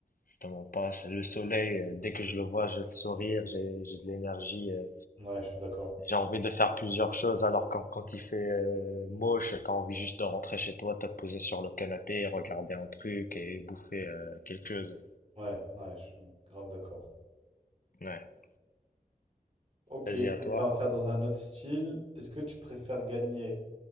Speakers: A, on the left (about 65°); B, on the right (about 40°).
A: Justement, pas c'est le soleil, euh, dès que je le vois, j'ai le sourire, j'ai j'ai de l'énergie. euh,
B: Ouais, je suis d'accord.
A: j'ai envie de faire plusieurs choses alors quand, quand il fait euh, moche, t'as envie juste de rentrer chez toi, te poser sur le canapé, regarder un truc et bouffer euh, quelque chose.
B: Ouais, ouais, je suis grave d'accord.
A: Ouais.
B: Ok,
A: Vas-y à
B: vas-y,
A: toi.
B: on va faire dans un autre style. Est-ce que tu préfères gagner